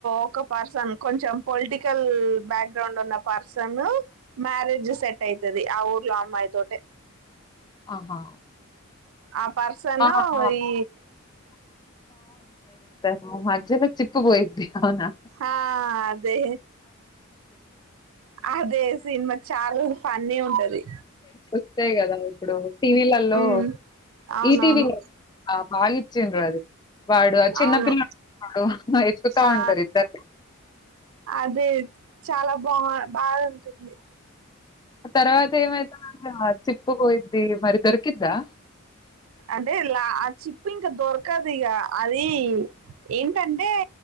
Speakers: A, on the right (about 75°); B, on the left (about 20°).
A: ఒక పర్సన్ కొంచెం పొలిటికల్ బ్యాక్గ్రౌండ్ ఉన్న పర్సన్ మ్యారేజ్ సెట్ అయితుది ఆ ఊర్లో అమ్మాయి తోటే
B: ఆహా
A: ఆ పర్సను
B: ఆహా
A: ఈ
B: ఓ మధ్యలో చిప్పు పోయిద్ది అవునా <inaudible>
A: ఆ అదే అదే సినిమా చాలా ఫన్నీ ఉంటది
B: వస్తాయి కదా ఇప్పుడు టీవీలలో
A: ఉమ్ అవునవును
B: టీవీ నైన్ <unintelligible> చ్చిండ్రు అది వాడు ఆ చిన్నపిిల్లడు
A: అవును
B: ఇద్దరు వెతుకుతా
A: ఆ
B: ఉంటారు ఇద్దరు
A: అదే చాలా బా బాగుంటుంది
B: ఆ తర్వాత ఏమైతాదో అ చిప్పు పోయిద్ది మరి దొరికిద్దా
A: అంటే లా ఆ చిప్పు ఇంకా దొరకదు ఇగ అది ఏంటంటే